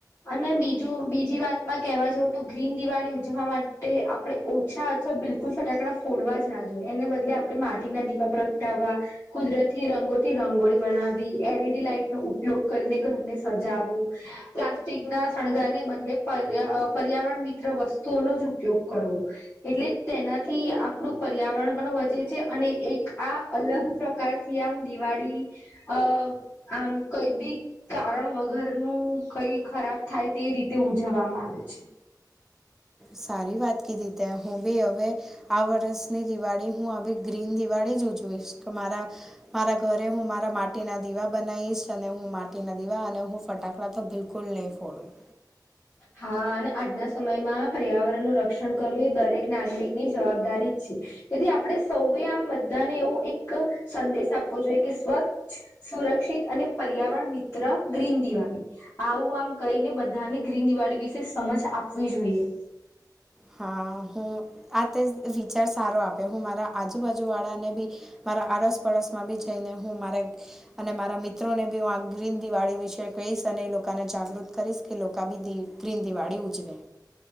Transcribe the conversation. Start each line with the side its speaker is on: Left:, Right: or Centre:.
Left: અને બીજું બીજી વાતમાં કહેવા જાવ તો ગ્રીન દિવાળી ઉજવા માટે આપણે ઓછા તો બિલકુલ ફટાકડા ફોડવા જ ના જોઈએ એને બદલે આપડણે માટીના દીવા પ્રગટાવવા કુદરતી રંગોથી રંગોળી બનાવી, એલ ઈ ડી લાઈટનો ઉપયોગ કરીને ઘરને સજાવું. પ્લાસ્ટિક ના શણગારને બદલે પર પર્યાવરણ મિત્ર વસ્તુઓનો જ ઉપયોગ કરવો. એટલે તેનાથી આપણું પર્યાવરણ પણ વધે છે અને એક આ અલગ પ્રકારથી આમ દિવાળી અ આમ કઈ બી કારણ વગર નું કઈ ખરાબ થાય તે રીતે ઉજવવામાં આવે છે.
Centre: સારી વાત કીધી તે, હું બી હવે આ વરષની દિવાળી હું આવી ગ્રીન દિવાળી જ ઉજવીશ. કે મારા મારા ઘરે હું મારા મા ટીના દીવા બનાવીશ અને હું માટીના દીવા અને હું ફટાકડા તો બિલકુલ નહીં ફોડું.
Left: હા અને આજના સમયમાં પર્યાવરણનું રક્ષણ કરવું એ દરેક નાગરિકની જવાબદારી જ છે. તેથી આપણે સૌએ આમ બધાને એવો એક સંદેશ આપવો જોઈએ કે સ્વ સુરક્ષિત અને પર્યાવરણ મિત્ર ગ્રીન દિવાળી. આવું આમ કહીને બધાને ગ્રીન દિવાળી વિશે સમજ આપવી જોઈએ.
Centre: હા હું આ તે વિચાર સારો આપે હું મારા આજુબાજુવાળાને બી મારા આડસ પડસ માં બીજું થઈને હું મારે અને મારા મિત્રોને બી હું આ ગ્રીન દિવાળી વિશે કહીશ. તને એ લોકોને જાગૃત કરીશ કે લોકો બી દી ગ્રીન દિવાળી ઉજવે.